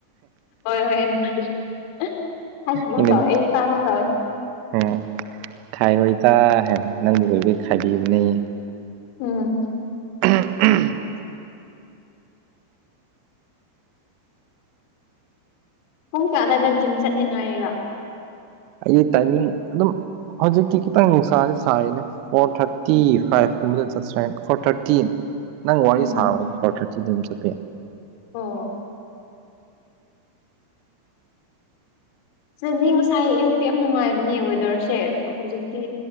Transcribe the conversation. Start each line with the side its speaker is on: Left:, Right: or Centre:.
Left: ꯍꯣꯏ ꯍꯣꯏ ꯍꯥꯏꯈꯤꯒꯨꯝ
Right: ꯑꯩꯅ
Left: ꯇꯧꯋꯦ ꯑꯩ ꯇꯥꯒꯨꯝ ꯇꯧꯋꯦ
Right: ꯎꯝ ꯈꯥꯏꯔꯣꯏ ꯇ ꯍꯥꯏꯕ ꯅꯪꯕꯨ ꯑꯣꯏꯕꯩ ꯈꯥꯏꯕꯤꯕꯅꯦ
Left: ꯎꯝ
Right: ꯎꯝ ꯎꯝ
Left: ꯄꯨꯡ ꯀꯌꯥꯗꯥꯏꯗ ꯖꯤꯝ ꯆꯠꯅꯤꯡꯉꯥꯏꯔꯣ
Right: ꯑꯩꯒꯤ ꯇꯥꯏꯃꯤꯡ ꯑꯗꯨꯝ ꯍꯧꯖꯤꯛꯇꯤ ꯈꯤꯇꯪ ꯅꯨꯡꯁꯥꯥꯖꯦ ꯁꯥꯔꯤꯅ ꯐꯣꯔ ꯊꯥꯔꯇꯤ ꯐꯥꯏꯚ ꯀꯨꯝꯕ ꯆꯠꯁꯤꯔ <unintelligible> ꯐꯣꯔ ꯊꯥꯔꯇꯤ ꯅꯪ ꯋꯥꯔꯤ
Left: ꯎꯝ
Right: ꯁꯥꯔ ꯄꯔ ꯊꯥꯔꯇꯤꯗ ꯑꯗꯨꯝ ꯆꯠꯈ꯭ꯔꯦ
Left: ꯑꯣ ꯁꯤꯗꯅꯤ ꯉꯁꯥꯏ ꯑꯌꯨꯛꯇꯤ ꯌꯥꯝ ꯅꯨꯡꯉꯥꯏꯕꯅꯦ ꯋꯦꯗꯔꯁꯦ ꯍꯧꯖꯤꯛꯇꯤ